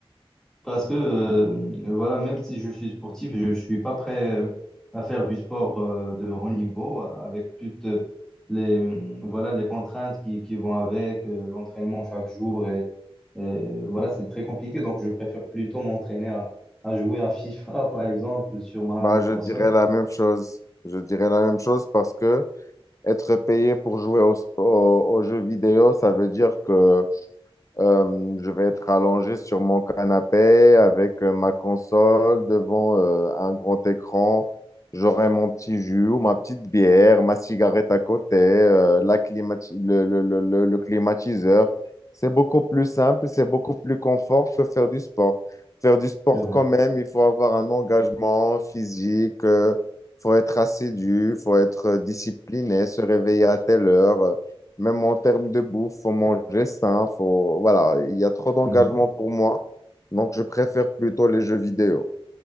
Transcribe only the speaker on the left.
Bah,
je
dirais la même chose. Je dirais la même chose parce que être payé pour jouer au sp- aux aux jeux vidéo, ça veut dire que Euh, je vais être allongé sur mon canapé avec euh, ma console devant euh, un grand écran. J'aurai mon petit jus ou ma petite bière, ma cigarette à côté, euh, la climati- le, le- le- le- le climatiseur. C'est beaucoup plus simple, c'est beaucoup plus confort que faire du sport. Faire du sport
quand même, il faut avoir un engagement physique, il faut être assidu, il faut être euh, discipliné, se réveiller à telle heure. euh, même en termes de bouffe, faut manger sain, faut... Voilà, il y a trop d'engagement
pour moi, donc je préfère plutôt les jeux vidéo.